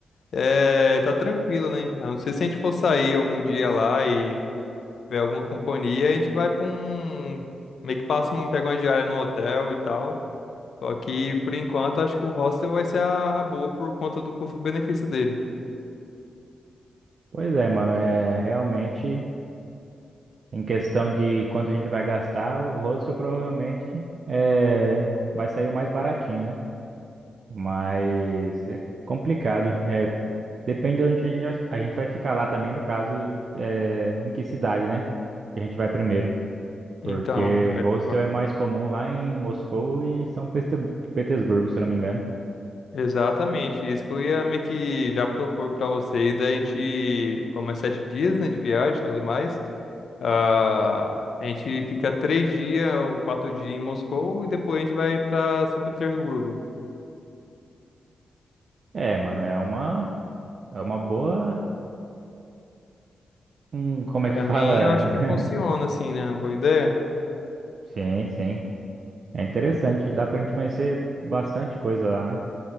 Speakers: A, on the left (about 70°); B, on the right (about 60°).
A: é, tá tranquilo, né? A não ser se a gente for sair algum dia lá e ver alguma companhia, a gente vai pra um. Meio que passa, um, pega uma diária no hotel e tal. Só que, por enquanto, acho que o hostel vai ser a a boa por conta do custo-benefício dele.
B: Pois é, mano, é realmente. Em questão de quanto a gente vai gastar, o hostel provavelmente é, vai sair o mais baratinho, né? Mas é complicado. É, depende de onde a gente vai a gente vai ficar lá também, no caso, é, em que cidade, né? Que a gente vai primeiro. Porque
A: Então, é-
B: hostel
A: va-
B: é mais comum lá em Moscou e São Peste- Petersburgo, se eu não me engano.
A: exatamente, isso que eu ia meio que já propor para você, e daí a gente, como é sete dias, né, de viagem e tudo mais, ah, a gente fica três dias ou quatro dias em Moscou e depois a gente vai para São Petersburgo.
B: É, mano, é uma, é uma boa. Hum, como é
A: Para
B: que fala?
A: mim, eu acho que
B: <laughs>
A: funciona, assim, né, boa ideia.
B: Sim, sim. É interessante. Dá pra gente conhecer bastante coisa lá, né?